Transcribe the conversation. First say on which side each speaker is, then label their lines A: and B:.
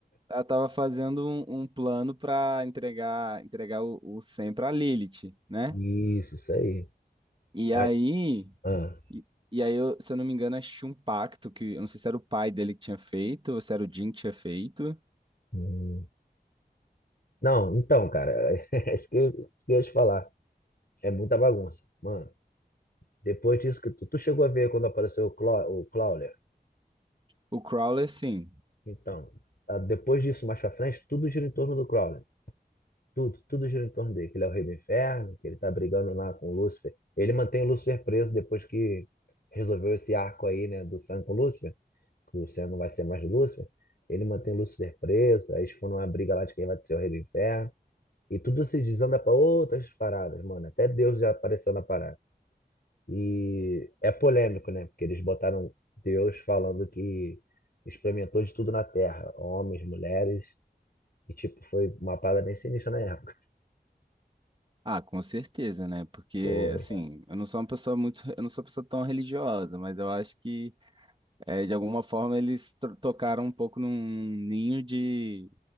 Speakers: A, on the right; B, on the left.
A: ela tava fazendo um, um plano para entregar entregar o, o Sen para Lilith, né?
B: Isso, isso aí.
A: E
B: Mas,
A: aí,
B: ah,
A: e, e aí eu, se eu não me engano, acho que tinha um pacto que eu não sei se era o pai dele que tinha feito ou se era o Jin que tinha feito.
B: hum. Não, então, cara, <laughs> é isso que eu, isso que eu ia te falar. É muita bagunça. Mano. Depois disso que tu, tu chegou a ver quando apareceu o, Cla- o Crawler.
A: O Crowler, sim.
B: Então, ah, depois disso, mais pra frente, tudo gira em torno do Crawler. Tudo, tudo gira em torno dele. Que ele é o rei do inferno, que ele tá brigando lá com o Lúcifer. Ele mantém o Lúcifer preso depois que resolveu esse arco aí, né, do Sam com o Lúcifer. Que o Sam não vai ser mais o Lúcifer. Ele mantém o Lúcifer preso. Aí eles foram numa briga lá de quem vai ser o rei do inferno. E tudo se desanda pra outras paradas, mano. Até Deus já apareceu na parada. E é polêmico, né? Porque eles botaram Deus falando que experimentou de tudo na Terra, homens, mulheres, e tipo, foi uma parada bem sinistra na época.
A: Ah, com certeza, né? Porque
B: Foi.
A: assim, eu não sou uma pessoa muito, eu não sou uma pessoa tão religiosa, mas eu acho que é, de alguma forma eles to- tocaram um pouco num ninho de